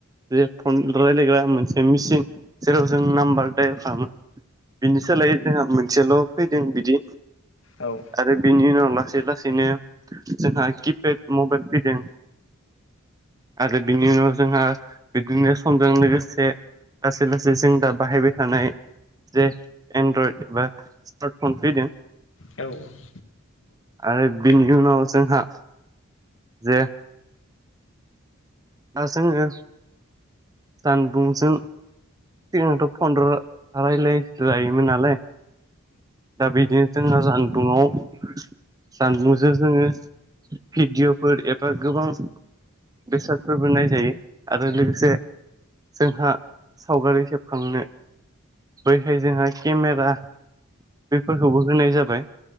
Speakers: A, on the right; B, on the left.
A: जे फन राय्लायग्रा मोनसे मिचिन जेराव जों नाम्बार दाइल खालामो। बिनि सोलायै जोंहा मोनसेल' फैदों बिदि
B: औ
A: आरो बिनि उनाव लासै लासैनो जोंहा किपेड मबाइल फैदों आरो बिनि उनाव जोंहा बिदिनो समजों लोगोसे लासै लासै जों दा बाहायबाय थानाय जे एन्ड्रयड एबा स्मार्टफन फैदों
B: औ औ
A: आरो बिनि उनाव जोंहा जे दा जोङो जानबुंजों सिगांथ' फनल' रायलाय जायोमोन नालाय दा बिदिनो जोंना जानबुंआव जानबुंजों जोङो भिडिअ'फोर एबा गोबां बेसाद फोरबो नायजायो आरो लोगोसे जोंहा सावगारि सेबखांनो बैहाय जोंहा केमेरा बेफोरखौबो होनाय जाबाय।